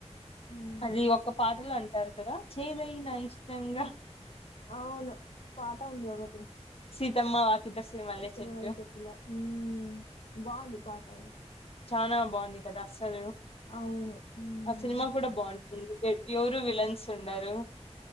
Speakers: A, on the left; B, on the left.
A: మ్మ్
B: అది ఒక పాటలు అంటారు కదా చేదైన ఐనా ఇష్టంగా
A: అవును పాట ఉంది ఒకటి
B: సీతమ్మ వాకిట శ్రీమల్లె
A: సిరిమల్లి
B: చెట్టు
A: చెట్టులో ఉమ్ బాగుంది ఈ పాట ఆది
B: చానా బాగుంది కదా అసలు
A: అవును మ్మ్
B: ఆ సినిమా కూడా బాగుంటుంది ఎవ్వరు విలన్స్ ఉండరు